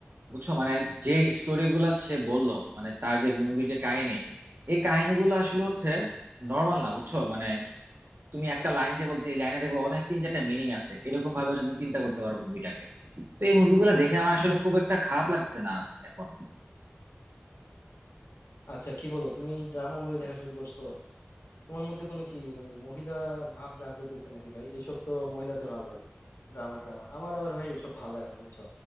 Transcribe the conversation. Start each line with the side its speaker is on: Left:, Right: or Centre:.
Right: বুঝছো মানে যে স্টোরি গুলা সে বললো মানে তার যে মুভির যে কাহিনী এই কাহিনীগুলো আসলে হচ্ছে নর্মাল না বুঝছো মানে তুমি একটা লাইন যে বলছো এই লাইনে দেখবে অনেক তিন চারটা মিনিং আছে এরকম ভাবে হচ্ছে তুমি চিন্তা করতে পারো মুভিটাকে তো এই মুভিগুলো দেখে আমার আসলে খুব একটা খারাপ লাগছে না এখন
Left: আচ্ছা কি বলো তুমি ড্রামা মুভি দেখা শুরু করছো তোমার মধ্যে কোনো কি মানে মহিলা ভাব জাগ্রত হয়েছে নাকি ভাই এসব তো মহিলাদের ভাল লাগে ড্রামা ড্রামা আমার আবার ভাই এসব ভাল লাগে না বুঝছো